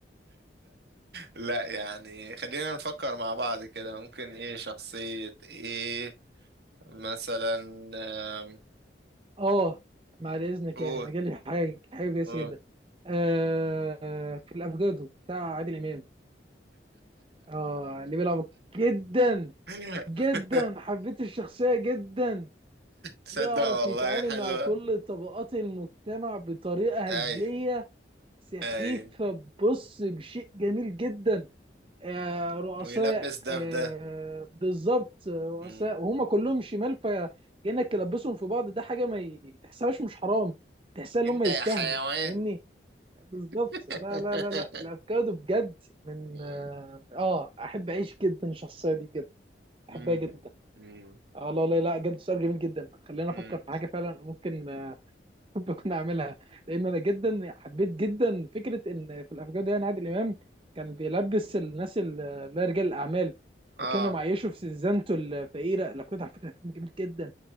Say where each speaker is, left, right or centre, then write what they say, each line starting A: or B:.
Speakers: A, on the right (about 65°); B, on the right (about 30°).
A: لا يعني خلينا نفكر مع بعض كده ممكن ايه شخصيه ايه مثلا آم،
B: اه بعد اذنك
A: قول
B: يعني جالي حاجه حاجه كويسه
A: قول
B: جدا آه في الافوكادو بتاع عادل امام اه اللي بيلعب جدا
A: <laughs>
B: جدا حبيت الشخصيه جدا
A: تصدق
B: يعرف
A: والله
B: يتعامل
A: حلوه
B: مع كل طبقات المجتمع بطريقه هزليه
A: ايوه
B: سخيفه
A: ايوه
B: بص بشيء جميل جدا آه، رؤساء
A: ويلبس ده
B: آه،
A: في ده
B: بالظبط آه، رؤساء
A: مم.
B: وهم كلهم شمال فكأنك تلبسهم في بعض ده حاجة ما ي- تحسهاش مش حرام تحسها ان
A: انت
B: هم يستاهلوا
A: يا حيوان
B: فاهمني بالظبط
A: <laughs>
B: لا لا لا لا الافوكادو بجد من
A: مم.
B: اه آه، احب اعيش جدا الشخصية دي بجد احبها
A: مم.
B: جدا
A: مم.
B: اه لا لا لا بجد سؤال جميل جدا خلينا
A: مم.
B: افكر في حاجة فعلا ممكن <laughs> بكون عاملها لان انا جدا حبيت جدا فكره ان في الافكار دي أن عادل امام كان بيلبس الناس ال- اللي هي رجال الاعمال
A: اه
B: وكانوا معيشوا في سيزانته الفقيره الافكار دي على فكره فيلم جميل جدا